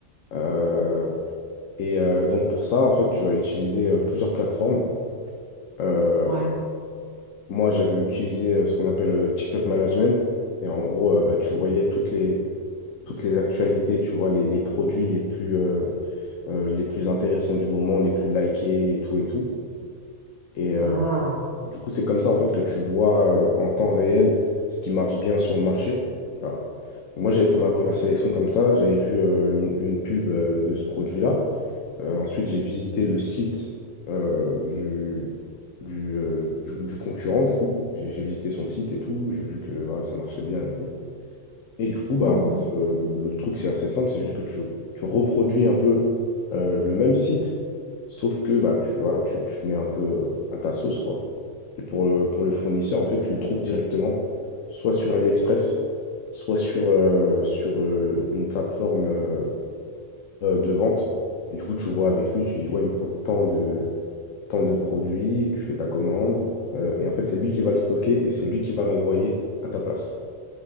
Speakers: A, on the left; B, on the left.
A: euh, et euh, donc, pour ça, en fait, tu vas utiliser euh, plusieurs plateformes. Euh,
B: Ouais.
A: moi, j'avais utilisé euh, ce qu'on appelle euh, TikTok Management. Et en gros, euh, bah, tu voyais toutes les, toutes les actualités, tu vois, les, les produits les plus, euh, euh, les plus intéressants du moment, les plus likés et tout et tout. Et, euh,
B: Ah.
A: Du coup, c'est comme ça en fait que tu vois euh, en temps réel ce qui marche bien sur le marché. Voilà. Moi, j'avais fait ma première sélection comme ça. J'avais vu euh, une, une pub euh, de ce produit-là. Euh, ensuite, j'ai visité le site euh, du, du, euh, du- du concurrent, du coup. J'ai j'ai visité son site et tout. J'ai vu que voilà, ça marchait bien et tout. Et du coup, bah,
B: Hmm.
A: euh, le truc, c'est assez simple, c'est juste que tu, tu reproduis un peu euh, le même site, sauf que bah, tu, voilà, tu, tu mets un peu euh, à ta sauce, quoi. Et pour le, pour le fournisseur, en fait, tu le trouves directement, soit sur AliExpress, soit sur, euh, sur euh, une plateforme euh, euh, de vente. Et du coup, tu vois avec lui, tu dis, ouais, il me faut tant de, tant de produits, tu fais ta commande. euh, et en fait, c'est lui qui va le stocker et c'est lui qui va l'envoyer à ta place.